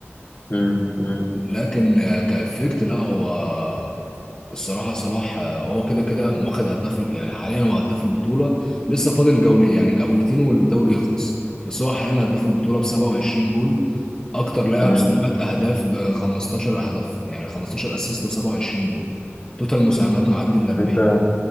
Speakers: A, on the left; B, on the left.
A: مم، مم،
B: لكن آه، كإفكت لا هو الصراحة صلاح آه، هو كده كده واخد هداف ال- يعني حاليا هو هداف البطولة لسه فاضل جولة يعني جولتين والدوري يخلص بس هو حاليا هداف البطولة ب 27 جول أكتر لاعب
A: تمام
B: صناعة أهداف ب 15 هدف يعني 15 أسيست و27 جول توتال مساهمات معدي ال 40
A: انت